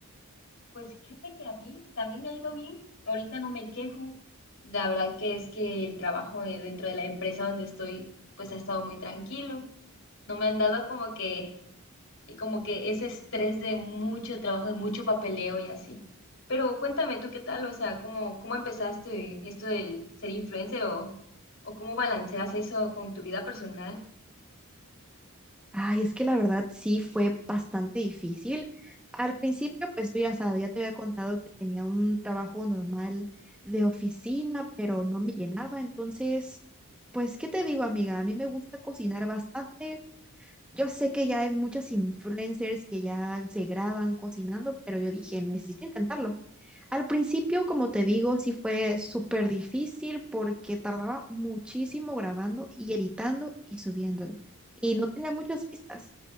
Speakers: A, on the left; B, in the centre.
A: Pues fíjate que a mí también me ha ido bien. Ahorita no me quejo. La verdad que es que el trabajo eh, dentro de la empresa donde estoy, pues ha estado muy tranquilo. No me han dado como que, eh, como que ese estrés de mucho trabajo, de mucho papeleo y así. Pero cuéntame tú qué tal, o sea, ¿cómo, cómo empezaste esto del ser influencer o, o cómo balanceas eso con tu vida personal?
B: Ay, es que la verdad sí fue bastante difícil. Al principio, pues tú ya sabes, ya te había contado que tenía un trabajo normal de oficina, pero no me llenaba. Entonces, pues, ¿qué te digo, amiga? A mí me gusta cocinar bastante, yo sé que ya hay muchas influencers que ya se graban cocinando, pero yo dije, necesito intentarlo. Al principio, como te digo, sí fue súper difícil porque tardaba muchísimo grabando y editando y subiéndolo. Y no tenía muchas vistas.